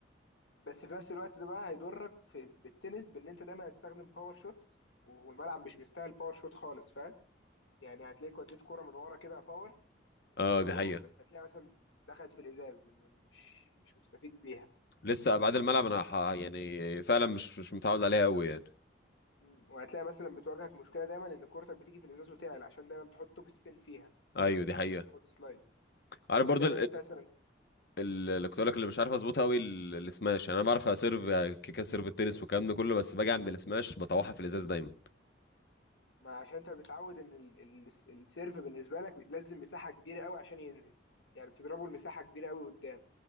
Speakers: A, on the left; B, on the left.
A: بس في نفس الوقت ده بقى هيضرك في بالتنس بان انت دايما هتستخدم باور شوتس والملعب مش مستاهل باور شوت خالص فاهم يعني هتلاقيك وديت كرة من ورا كده باور وتروح
B: اه دي حقيقة
A: بس هتلاقي مثلا دخلت في الازاز لانه مش مش مستفيد بيها
B: لسه ابعاد الملعب انا ح- يعني فعلا مش مش متعود عليها قوي يعني
A: مم. وهتلاقي مثلا بتواجهك مشكله دايما ان كورتك بتيجي في الازاز وتعلى عشان دايما بتحط توب سبين فيها
B: ايوه دي حقيقة
A: مش بتحط سلايس
B: عارف
A: هتلاقي
B: برضو
A: دايما انت مثلا
B: ال- اللي كنت اقول لك اللي مش عارف اظبطها قوي ال- السماش يعني انا بعرف اسيرف يعني كيكه سيرف التنس والكلام ده كله بس باجي عند السماش بطوحها في الازاز دايما
A: ما عشان انت متعود ان ال- ال- السيرف بالنسبه لك لازم مساحه كبيره قوي عشان ينزل يعني بتضربه المساحه كبيره قوي قدام